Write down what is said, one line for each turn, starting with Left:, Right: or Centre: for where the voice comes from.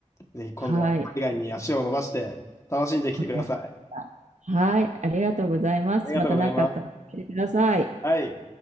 Left: ぜひ今度は海外に足を伸ばして楽しんできてください。
Right: はい。わかりました。はい、ありがとうございます。
Left: ありがとうございます。
Right: また何かあったら教えてください。
Left: はい。